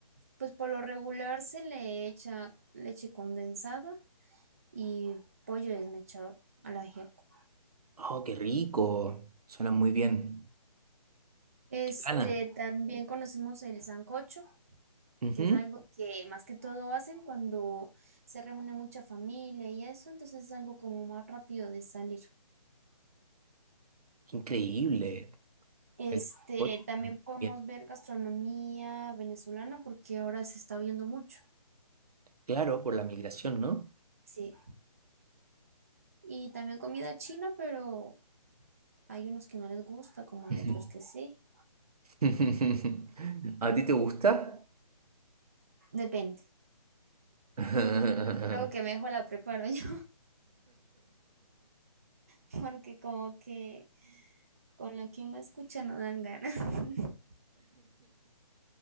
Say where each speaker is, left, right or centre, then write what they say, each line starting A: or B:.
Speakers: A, on the right; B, on the right.
A: pues por lo regular se le echa leche condensada y pollo desmechado al ajiaco.
B: Oh, qué rico. Suena muy bien.
A: Este,
B: Qué gana.
A: también conocemos el sancocho
B: Ujú.
A: que es algo que más que todo hacen cuando se reúne mucha familia y eso, entonces es algo como más rápido de salir.
B: Qué increíble.
A: Este,
B: El coche.
A: también podemos
B: Bien.
A: ver gastronomía venezolana porque ahora se está viendo mucho,
B: Claro, por la migración, ¿no?
A: sí. Y también comida china, pero hay unos que no les gusta, como hay
B: Ujú.
A: otros que sí.
B: <laughs> ¿A ti te gusta?
A: Depende.
B: <laughs>
A: Creo que mejor la preparo yo <laughs> porque como que con lo que uno escucha no dan ganas. <laughs>